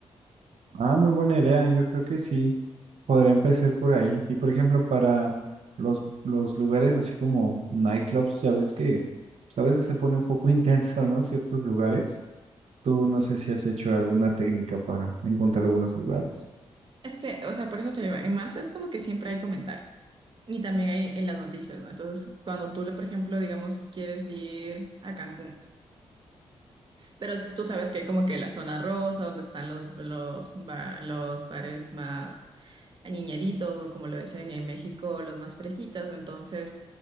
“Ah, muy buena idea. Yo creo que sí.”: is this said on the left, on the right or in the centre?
Right